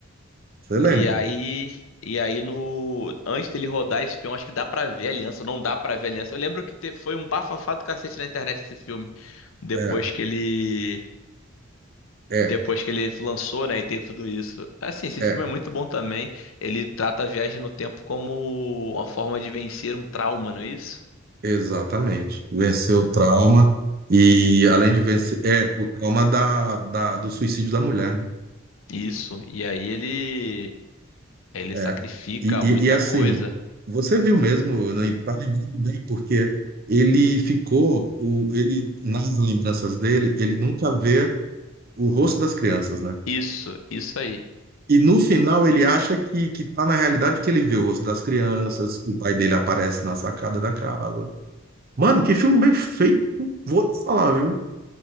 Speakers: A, on the right; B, on the left.
A: você lembra?
B: E aí. E aí no. Antes dele rodar esse filme, acho que dá pra ver a aliança. Não dá pra ver a aliança. Eu lembro que te- foi um bafafá do cacete na internet esse filme. Depois
A: É,
B: que ele.
A: é,
B: Depois que ele lançou, né, e teve tudo isso. Assim, esse
A: é.
B: filme é muito bom também. Ele trata a viagem no tempo como uma forma de vencer um trauma, não é isso?
A: Exatamente. Venceu o trauma e, além de vencer, é o trauma da, da, do suicídio da mulher, né?
B: Isso. E aí ele ele
A: É.
B: sacrifica
A: E, e,
B: muita
A: e, assim,
B: coisa.
A: você viu mesmo, né, tá lembrando bem, porque ele ficou, o, ele, nas lembranças dele, ele nunca vê o rosto das crianças, né?
B: Isso, isso aí.
A: E no final ele acha que, que tá na realidade porque ele vê o rosto das crianças, o pai dele aparece na sacada da casa. Mano, que filme bem feito, vou te falar, viu?